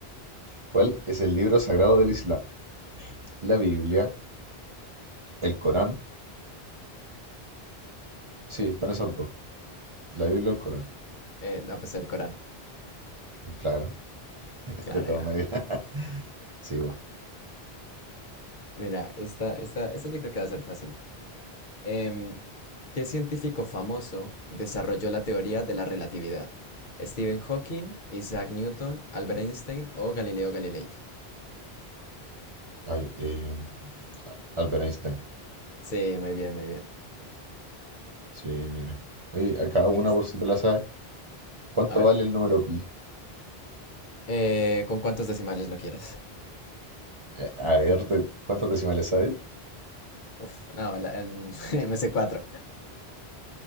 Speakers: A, on the right; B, on the left.
A: ¿Cuál es el libro sagrado del Islam? La Biblia, el Corán. Sí, están esos dos. La Biblia y el Corán.
B: Eh, no, pues el Corán.
A: Claro,
B: Claro,
A: de todas
B: claro.
A: maneras. <laughs> Sí, bueno.
B: Mira, esta, esta, esta yo creo que va a ser fácil. Em, ¿qué científico famoso desarrolló la teoría de la relatividad? ¿Stephen Hawking, Isaac Newton, Albert Einstein o Galileo Galilei?
A: Ay, eh, Albert Einstein.
B: Sí, muy bien, muy bien.
A: Sí, mira. Oye, a una
B: Einstein.
A: por si te la sabes. ¿Cuánto
B: A ver,
A: vale el número pi?
B: eh, ¿con cuántos decimales lo quieres?
A: Eh, a ver, ¿te- ¿cuántas decimales sabes?
B: Uf, no, la- en- <laughs> me sé cuatro.